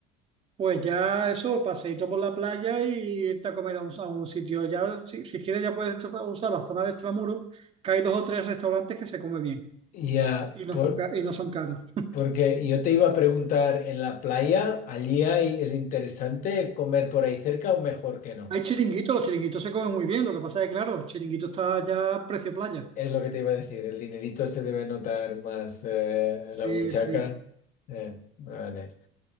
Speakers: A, on the right; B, on the left.
A: Pues ya eso, paseíto por la playa y irte a comer a un, a un sitio. Ya, si, si quieres, ya puedes tra- usar la zona de extramuros, que hay dos o tres restaurantes que se come bien
B: Ya,
A: y no
B: por-
A: son, ca- y no son caros.
B: Porque yo te iba a preguntar, ¿en la playa allí hay, es interesante comer por ahí cerca o mejor que no?
A: Hay chiringuitos, los chiringuitos se comen muy bien, lo que pasa es que, claro, chiringuito está ya precio playa.
B: Es lo que te iba a decir, el dinerito se debe notar más eh,
A: Sí,
B: en la buchaca.
A: sí.
B: Eh, vale.